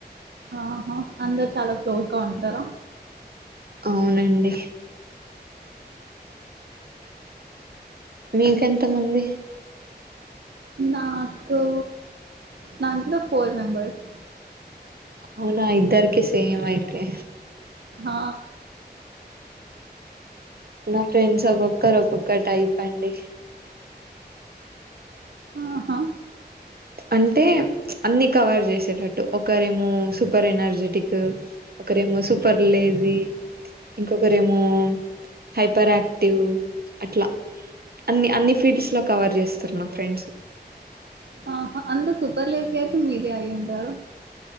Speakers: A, on the right; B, on the right.
A: ఆహా అందరు చాలా క్లోజ్ గా ఉంటార?
B: అవునండి మీకెంతమంది
A: నాకు నాకు కూడా ఫోర్ మెంబర్స్.
B: అవునా ఇద్దరికి సేమ్ అయితే.
A: ఆ
B: నా ఫ్రెండ్స్ ఒక్కొక్కరు ఒక్కొక్క టైప్ అండి.
A: ఆహా
B: అంటే అన్ని కవర్ చేసేటట్టు ఒకరేమో సూపర్ ఎనర్జెటిక్ ఒకరేమో సూపర్ లేజి. ఇంకొకరేమో హైపర్ యాక్టివ్ అట్లా. అన్ని అన్ని ఫీల్డ్స్ లో కవర్ చేస్తారు నా ఫ్రెండ్స్.
A: ఆహా అంత సూపర్ లేజీ అయితే మీరే అయ్యుంటారు.